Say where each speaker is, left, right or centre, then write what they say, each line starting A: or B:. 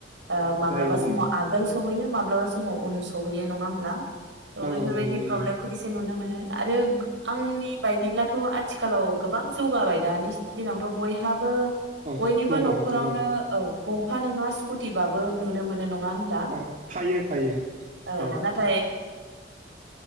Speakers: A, on the right; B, on the right.
A: ओ
B: औ
A: माब्लाबा
B: जायो जायो
A: समाव आगोल सहैयो माब्लाबा समाव <unintelligible> सहैयो नङा होमब्ला ओ
B: औ
A: बेफोरबायदि
B: औ नंगौ
A: प्रब्लेमखौ
B: नंगौ
A: एसे नुनो मोनो। आरो आंनि बायदिब्ला थ' आथिखालाव गोबां जौगाबाय दानि दिनावथ' बयहाबो
B: औ
A: बयनिबो
B: जौगाबाय
A: न'खरावनो
B: जौगाबाय
A: औ गंफा नङा सि स्कुटिबाबो नुनो मोनो नङा होनब्ला
B: औ थायो थायो
A: औ
B: थायो
A: नाथाय